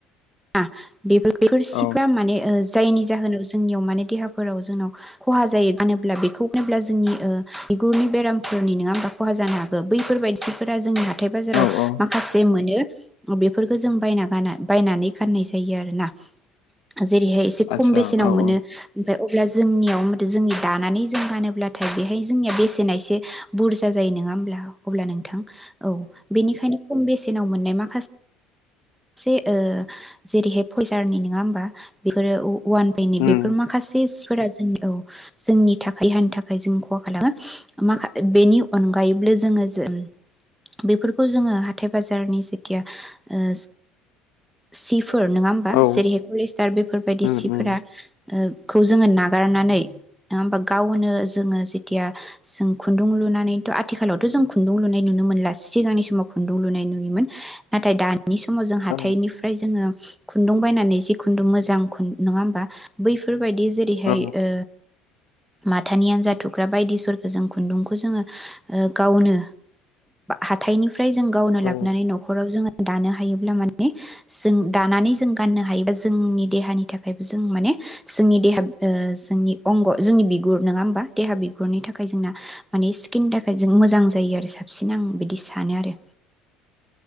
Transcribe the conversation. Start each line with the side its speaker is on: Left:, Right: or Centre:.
Centre: आ बेफोर बेफोर
Left: औ
Centre: सिफ्रा माने ओ जायनि जाहोनाव जोंनियाव माने देहाफोराव जोंनाव खहा जायो गानोब्ला बेखौ गानोब्ला जोंनि ओ बिगुरनि बेरामफोरनि नङा होमा खहा जानो हागौ बैफोरबायदि सिफोरा जोंनिया हाथाइ बाजाराव
Left: औ औ
Centre: माखासे मोनो बेफोरखौ जों बायना गाना बायनानै गाननाय जायो आरोना जेरैहाय एसे
Left: आतसा
Centre: खम बेसेनाव
Left: औ
Centre: मोनो
Left: औ
Centre: ओमफ्राय अब्ला जोंनियाव आरो जोंनि दानानै जों गानोब्लाथाय बेहाय जोंनिया बेसेना एसे बुरजा जायो नङा होमब्ला अब्ला नोंथां औ बेनिखायनो खम बेसेनाव मोननाय माखासे से ओ जेरैहाय फ <inaudible> सारनि नङा होमबा बेफोरो औ वान पेनि
Left: उम
Centre: बेफोर माखासेसिफोरा औ जोंनि थाखाय हानि थाखाय जों खहा खालामो माखा बेनि अनगायैबो जोङो ज बेफोरखौ जोङो हाथाय बाजारनि जेथिया ओ सिफ फोर नङा होमबा
Left: औ
Centre: जेरैहाय कलस्टार बेफोरबायदि
Left: उम
Centre: सिफोरा
Left: उम
Centre: ओ खौ जोङो नागारनानै नङा होमबा गावनो जोङो जेथिया जों खुन्दुं लुनानैथ' आथिखालावथ' जों खुन्दुं लुनाय नुनो मोनला सिगांनि समाव खुन्दुं लुनाय नुयोमोन नाथाय दानि समाव जों हाथाइनिफ्राय
Left: औ
Centre: जोङो खुनदुं बायनानै जि खुनदुं मोजां नङा होमबा बैफोरबायदि जेरैहाय
Left: औ
Centre: ओ माथानि आनजा थुख्रा बायदिफोरखौ जों खुनदुंखौ जोङो ओ गावनो हाथाइनि फ्राय जों गावनो
Left: औ
Centre: लाबनानै न'खराव जोङो दानो हायोब्ला माने जों दानानै जों गाननो हायोबा जोंनि देहानि थाखायबो जों माने जोंनि देहा ओ जोंनि अंग जोंनि बिगुर नङा होमबा देहा बिगुरनि थाखाय जोंना माने स्किननि थाखाय जों मोजां जायो आरो साबसिन आं बिदि सानो आरो